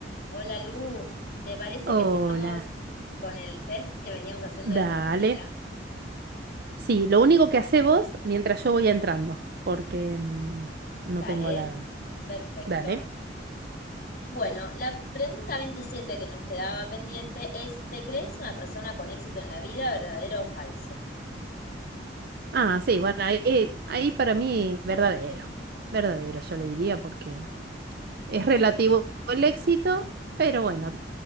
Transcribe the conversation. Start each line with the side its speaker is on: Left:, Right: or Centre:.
Left: Hola Lu, ¿te parece
Right: Hola,
Left: que sigamos con el test que veníamos haciendo
Right: dale.
Left: de personalidad?
Right: Sí, lo único que hace vos mientras yo voy entrando, porque mm, no
Left: Dale,
Right: tengo la...
Left: perfecto.
Right: Dale.
Left: Bueno, la pregunta 27 que nos quedaba pendiente es, ¿te crees una persona con éxito en la vida, verdadero o falso?
Right: Ah, sí, bueno, ahí, eh, ahí para mí verdadero, verdadero, yo le diría, porque es relativo el éxito, pero bueno,